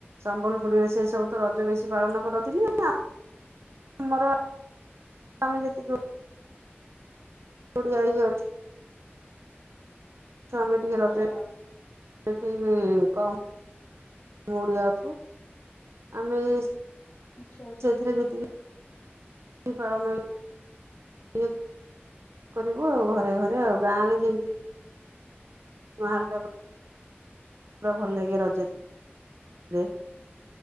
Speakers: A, on the right; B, on the left.
A: ସମ୍ବଲପୁରରେ ସେ ସବୁ ତ ରଜ ବେଶୀ ପାଳନ କରତିନି ଆ ଆମର ତମେ ଯେତିକି <inaudible> ଇଏ ଅଛୁ ତ ଆମେ ଟିକେ
B: ଆଚ୍ଛା
A: ରଜରେ ସେଠି ବି କମ୍ ଓଡିଆ ଅଛୁ ଆମେ ସେଥିରେ
B: ଆଚ୍ଛା ଆଚ୍ଛା।
A: ଯେତିକି ପାଳନ <inaudible> ଟିକଏ କରିବୁ ଆଉ ଘରେ ଘରେ ଆଉ ଗାଁରେ ଯେମିତି ମାହାଲ୍ଟା ପୁରା ଭଲ ଲାଗେ ରଜରେ।